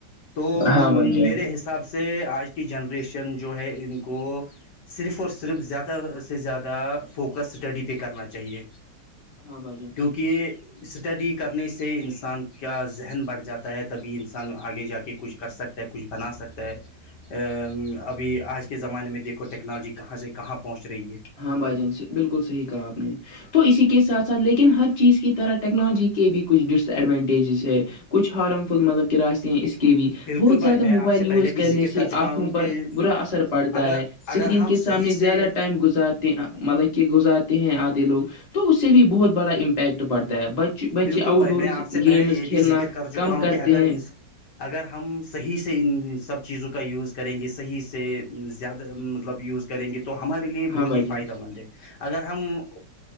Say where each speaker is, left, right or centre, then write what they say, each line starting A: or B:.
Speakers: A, on the left; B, on the left.
A: تو
B: ہاں
A: میرے
B: بھائی جان
A: حصے حساب سے آج کی جنریشن جو ہے ان کو صرف اور صرف زیادہ سے زیادہ فوکس اسٹڈی پہ کرنا چاہیے
B: ہاں بھائی جان
A: کیونکہ یہ اسٹڈی کرنے سے انسان کا ذہن بڑھ جاتا ہے تبھی انسان آگے جا کے کچھ کر سک کچھ بنا سکتا ہے ابھی آج کے زمانے میں دیکھو ٹیکنالوجی کہاں سے کہاں پہنچ رہی ہے
B: ہاں بھائی جان سے بالکل صحیح کہا آپ نے تو اسی کے ساتھ سھ لے لیکن ہر چیز کی طرح ٹیکنالوجی کے بھی کچھ ڈس ایڈوانٹیجز ہے کچ ہارم فل مطلب کراسیں ہیں اس کے کے بھی
A: بالکل
B: بہت
A: بھائی
B: زیادہ
A: میں
B: موبائل
A: آپ سے
B: یوز
A: پہلے
B: کرنے
A: بھی ذکر
B: سے
A: کر چکا
B: آنکھوں
A: ہوں
B: پر
A: کہ
B: برا اثر پڑتا
A: اگر
B: ہے سکرین
A: اگر ہم
B: کے سامنے
A: صحیح سے
B: زیادہ ٹائم گزر مطلب کہ گزارتے ہیں آتے لوگ تو اس سے بھی بہت بڑا امپیکٹ پڑتا ہے بچے بچے
A: بالکل
B: آؤٹ
A: بھائی
B: ڈورز
A: میں آپ سے پہلے
B: گیمز
A: یہ
B: کھیلنا
A: بھی ذکر کر چکا
B: کم
A: ہوں
B: کرتے
A: کہ اگر
B: ہیں
A: ان اگر ہم صحیح سے سب چیزوں کا یوز کریں گے صحیح سے زیادہ مطلب یوز کریں گے تو ہمارے لیے بہت
B: ہاں بھائی
A: ہی
B: جان
A: فائدہ مند ہے اگر ہم